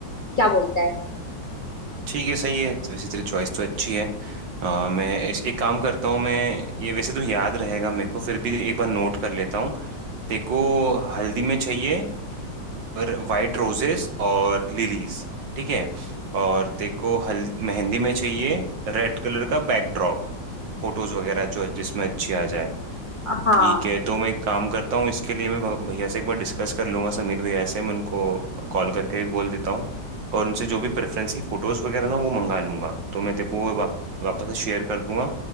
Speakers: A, on the left; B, on the right.
A: क्या बोलता है
B: ठीक है सही है वैसे तेरी चॉइस तो अच्छी है आ, मैं इस एक काम करता हूँ मैं ये वैसे तो याद रहेगा मेरे को फिर भी एक बार नोट कर लेता हूँ तेरे को हल्दी में चाहिए पर वाइट रोजेस और लिलीज ठीक है और तेरे को हल मेहंदी में चाहिए रेड कलर का बैकड्रॉप फोटोज वगैरह जो जिसमें अच्छी आ जाए
A: हाँ
B: ठीक है तो मैं एक काम करता हूँ इसके लिए मैं भ- भैया से एक बार डिस्कस कर लूंगा समीर भैया से मैं उनको कॉल करके भी बोल देता हूँ और उनसे जो भी प्रेफरेंस की फ़ोटोज़ वगैरह ना वो मंगा लूंगा तो मैं तेको वो वाप, वापस से शेयर कर दूंगा